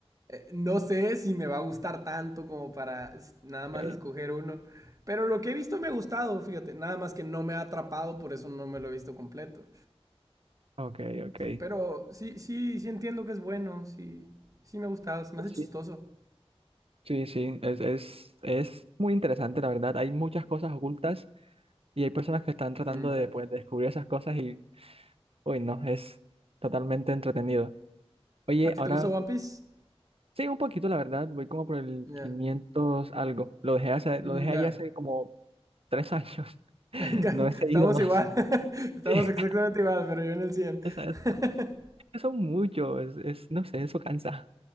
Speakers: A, on the right (about 35°); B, on the right (about 65°).
A: eh, no sé si me va a gustar tanto como para s- nada más
B: Ok,
A: escoger uno. Pero lo que he visto me ha gustado, fíjate. Nada más que no me ha atrapado, por eso no me lo he visto completo.
B: ok, ok.
A: Pero sí, sí, sí entiendo que es bueno, sí, sí me ha gustado, se me
B: Pues
A: hace chistoso.
B: sí, Sí, sí, es, es, es muy interesante, la verdad. Hay muchas cosas ocultas y hay personas que están tratando
A: Mm.
B: de
A: Ya.
B: pues, descubrir esas cosas y, uy, no, es totalmente entretenido. Oye,
A: ¿A ti
B: ahora,
A: te gusta One Piece?
B: sí, un poquito, la verdad, voy como por el
A: Ya.
B: 500 algo. Lo dejé hace,
A: Mm,
B: lo dejé ahí
A: ya.
B: hace como tres años,
A: <laughs>
B: <laughs>
A: Venga,
B: no he seguido
A: estamos
B: más.
A: igual. <laughs> Estamos
B: Sí, <laughs>
A: exactamente igual, pero yo en el 100.
B: exacto.
A: <laughs>
B: Son muchos, es, es, no sé, eso cansa.